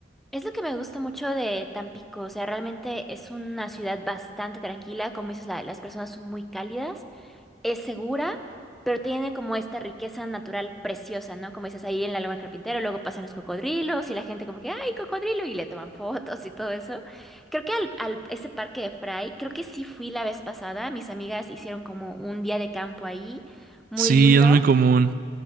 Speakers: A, in the centre; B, on the right.
A: Es lo que me gusta mucho de Tampico, o sea, realmente es una ciudad bastante tranquila, como dices, la- las personas son muy cálidas, es segura, pero tiene como esta riqueza natural preciosa, ¿no? Como dices, ahí en la Laguna del Carpintero, luego pasan los cocodrilos y la gente como que, ¡ay, cocodrilo! y le toman fotos y todo eso. Creo que al, al- ese parque de Fray, creo que sí fui la vez pasada, mis amigas hicieron como un día de campo ahí, muy
B: Sí,
A: lindo.
B: es muy común.